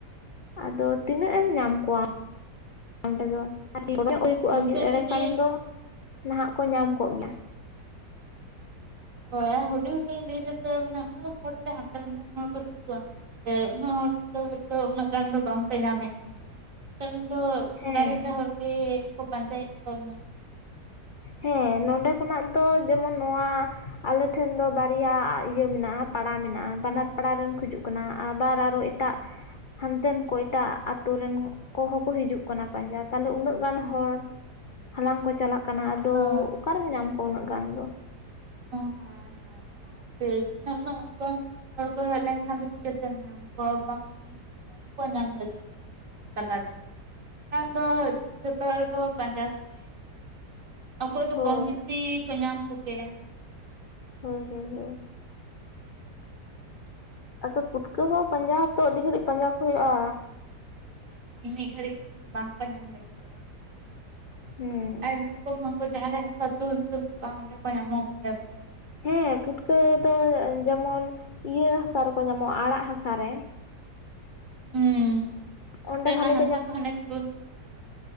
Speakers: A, on the left; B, on the right.
A: ᱟᱫᱚ ᱛᱤᱱᱟᱹᱜ ᱮᱢ ᱧᱟᱢ ᱠᱚᱣᱟ ᱚᱸᱰᱮ ᱫᱚ ᱟᱨ <unintelligible> ᱦᱩᱭ ᱠᱚᱜᱼᱟ
B: ᱱᱤᱛᱚᱜ
A: ᱵᱤᱨ ᱮᱲᱮ
B: ᱡᱩᱫᱤ
A: ᱠᱷᱟᱱ ᱫᱚ ᱱᱟᱦᱟᱜ ᱠᱚ ᱧᱟᱢ ᱠᱚᱜ ᱜᱮᱭᱟ
B: ᱦᱳᱭ ᱟᱨ ᱦᱩᱰᱤᱧ ᱦᱩᱰᱤᱧ ᱵᱤᱨ ᱨᱮᱫᱚ ᱢᱟᱱᱮ ᱩᱱᱟᱹᱜ ᱦᱚᱲᱛᱮ ᱦᱟᱱᱛᱮ ᱱᱟᱛᱮ ᱦᱚᱲ ᱠᱚ ᱦᱤᱡᱩᱜᱼᱟ ᱥᱮ ᱩᱱᱟᱹᱜ ᱦᱚᱲ ᱛᱮᱫᱚ ᱦᱳᱭᱛᱚ ᱩᱱᱟᱹᱜ ᱜᱟᱱ ᱫᱚ ᱵᱟᱝᱯᱮ ᱧᱟᱢᱮᱫ ᱠᱚ ᱜᱮᱭᱟ ᱩᱱ ᱫᱚ
A: ᱦᱮᱸ
B: ᱯᱨᱟᱭ ᱞᱮᱠᱟ ᱦᱚᱲ ᱜᱮᱠᱚ ᱯᱟᱸᱡᱟᱭᱮᱫ ᱠᱚᱣᱟ ᱩᱱᱟᱹᱜ
A: ᱦᱮᱸ ᱱᱚᱰᱮ ᱠᱷᱚᱱᱟᱜ ᱫᱚ ᱡᱮᱢᱚᱱ ᱱᱚᱣᱟ ᱟᱞᱮᱴᱷᱮᱱ ᱫᱚ ᱵᱟᱨᱭᱟ ᱤᱭᱟᱹ ᱢᱮᱱᱟᱜᱼᱟ ᱯᱟᱲᱟ ᱢᱮᱱᱟᱜᱼᱟ ᱵᱟᱱᱟᱨ ᱯᱟᱲᱟ ᱨᱮᱱ ᱠᱚ ᱦᱤᱡᱩᱜ ᱠᱟᱱᱟ ᱟᱵᱟᱨ ᱟᱨᱚ ᱮᱴᱟᱜ ᱦᱟᱱᱛᱮᱱ ᱠᱚ ᱮᱴᱟᱜ ᱟᱛᱳ ᱨᱮᱱ ᱠᱚᱦᱚᱸᱠᱚ ᱦᱤᱡᱩᱜ ᱠᱟᱱᱟ ᱯᱟᱸᱡᱟ ᱛᱟᱦᱚᱞᱮ ᱩᱱᱟᱹᱜ ᱜᱟᱱ ᱦᱚᱲ ᱦᱟᱞᱟᱝ ᱠᱚ ᱪᱟᱞᱟᱜ ᱠᱟᱱᱟ ᱾ ᱟᱫᱚ
B: ᱦᱮᱸ
A: ᱚᱠᱟᱨᱮᱢ ᱧᱟᱢ ᱠᱚᱣᱟ ᱩᱱᱟᱹᱜ ᱜᱟᱱ ᱫᱚ ᱾
B: ᱚ ᱦᱮᱸ ᱦᱮᱸ ᱾ ᱚᱱᱟ ᱠᱷᱟᱛᱤᱨ ᱩᱱᱟᱹᱜ ᱩᱱᱟᱹᱜ ᱜᱟᱱ ᱦᱚᱲ ᱠᱚ ᱦᱮᱡ ᱞᱮᱱᱠᱷᱟᱱ ᱫᱚ ᱪᱤᱠᱟᱹᱛᱮᱢ ᱧᱟᱢ ᱠᱚᱣᱟ, ᱵᱟᱢ ᱵᱟᱝ ᱠᱚ ᱧᱟᱢ ᱞᱟᱜᱤᱫᱚᱜ-ᱟ ᱩᱱᱟᱹᱜ ᱦᱚᱲ ᱛᱟᱞᱟ ᱨᱮᱫᱚ᱾ ᱵᱟᱠᱷᱟᱱ ᱫᱚ ᱡᱚᱛᱚ ᱦᱚᱲ ᱵᱚ ᱯᱟᱸᱡᱟ ᱠᱚᱜᱮᱭᱟ᱾ ᱚᱠᱚᱭ ᱫᱚ
A: ᱦᱳᱭ
B: ᱠᱚᱢ ᱵᱮᱥᱤ ᱠᱚ ᱧᱟᱢ ᱠᱚᱜᱮᱭᱟ᱾
A: ᱦᱳᱭ ᱦᱳᱭ ᱦᱳᱭ᱾ ᱟᱫᱚ ᱯᱩᱴᱠᱟᱹ ᱦᱚᱸ ᱯᱟᱸᱡᱟ ᱦᱚᱸᱛᱚ ᱟᱹᱰᱤ ᱜᱷᱟᱹᱲᱤᱡ ᱯᱟᱸᱡᱟ ᱠᱚ ᱦᱩᱭᱩᱜ-ᱟ᱾
B: ᱢᱤᱫ ᱜᱷᱟᱹᱲᱤᱡ ᱛᱮᱦᱚᱸ ᱵᱟᱝ ᱠᱚ ᱧᱟᱢ ᱞᱟᱹᱜᱤᱫᱚᱜ-ᱟ
A: ᱦᱮᱸ
B: ᱟᱨ ᱧᱮᱞ ᱠᱚᱢ ᱩᱱᱠᱩ ᱡᱟᱦᱟᱸ ᱨᱮ ᱦᱟᱥᱟ ᱛᱩᱞ ᱛᱩᱞ ᱠᱚᱜ-ᱟ ᱚᱸᱰᱮ ᱠᱚ ᱧᱟᱢᱚᱜ ᱜᱮᱭᱟ ᱠᱚ᱾
A: ᱦᱮᱸ ᱯᱷᱩᱴᱠᱟᱹ ᱫᱚ ᱡᱮᱢᱚᱱ ᱤᱭᱟᱹ ᱦᱟᱥᱟ ᱨᱮᱠᱚ ᱧᱟᱢᱚᱜ-ᱟ ᱟᱨᱟᱜ ᱦᱟᱥᱟ ᱨᱮ᱾
B: ᱦᱮᱸ
A: ᱚᱸᱰᱮ
B: ᱚᱱᱛᱮ
A: ᱵᱷᱟᱞᱮ
B: ᱱᱟᱜ ᱦᱟᱥᱟ ᱠᱚ ᱦᱟᱱᱮ ᱛᱩᱞ ᱛᱩᱞ ᱠᱚᱜ-ᱟ᱾